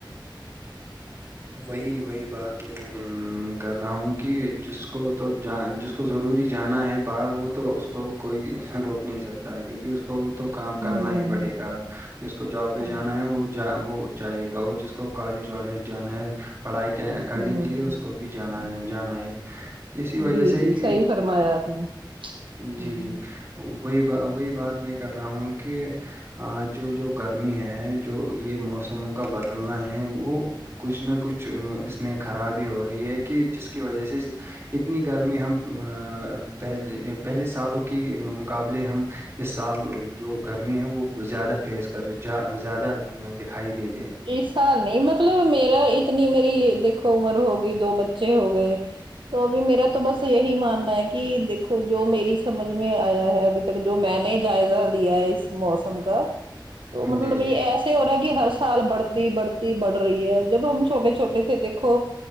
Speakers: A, on the right (about 30°); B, on the right (about 80°).
A: وہی وہی بات میں کر رہا ہوں کہ جس کو تو جہا جس اس کو ضروری جانا ہے باہر وہ تو اس کو کوئی روک نہیں سکتا ہے کیونکہ اس کو تو کام کرنا
B: ہوں
A: ہی پڑے گا جس کو جاب پہ
B: ہاں
A: جانا ہے وہ وہ جائے گا اور جس کو کالج والالج جانا ہے پڑھائی کرنے
B: ہوں
A: کے لیے اس کو بھی جانا ہے جانا ہے اسی وجہ
B: جی
A: سے
B: جی
A: کہ
B: صحیح فرمایا آپ نے
A: جی
B: ہ
A: جی وہی ب وہی بات میں کر رہا ہوں کہ آ جو جو گرمی ہے جو یہ موسموں کا بدلنا ہے وہ کچھ نہ کچھ اس میں خرابی ہو رہی ہے کہ جس کی وجہ سے اتنی گرمی ہم ا پہل پہلے سالوں کی مقابلے ہم اس سال جو گرمی ہے وہ زیادہ فیس کر زیادہ دکھائی دی
B: اس سال نہیں مطلب میرا اتنی میری دیکھو عمر ہوگئی دو بچے ہو گئے تو ابھی میرا تو بس یہی ماننا ہے کہ دیکھو جو میری سمجھ میں آیا ہے ابھی ک جو میں نے جائزہ لیا ہے اس موسم کا تو مطلب
A: جی، جی۔
B: یہ ایسے ہو رہا ہے کہ ہس سال بڑھتی بڑھتی بڑھ رہی ہے جب ہم چھوٹے چھوٹے تھے دیکھو